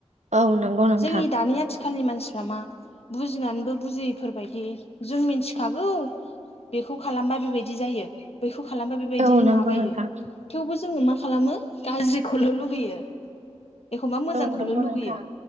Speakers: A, on the right; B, on the left.
A: औ नंगौ नोंथां
B: जोंनि दानि आथिख खालनि मानसिफ्रा मा बुजिनानैबो बुजियैफोर बायदि जों मिथिखागौ बेखौ खालामबा बेबायदि जायो बैखौ खालामबा बेबायदि
A: औ नंगौ
B: माबायो
A: नोंथां
B: थेवबो जोङो मा खालामो गाज्रिखौल' लुुगैयो एखमबा मोजांखौल'
A: औ नंगौ
B: लुगैयो
A: नोंथां